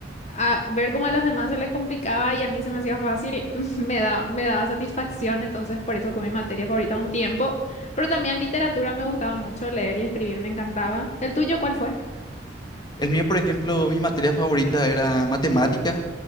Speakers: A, on the left; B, on the left.
A: a ver cómo a los demás se les complicaba y a mí se me hacía fácil, <laughs> me da, me daba satisfacción, entonces por eso fue mi materia favorita un tiempo. Pero también literatura me gustaba mucho, leer y escribir me encantaba. ¿El tuyo cuál fue?
B: El mío, por ejemplo, mi materia favorita era matemática,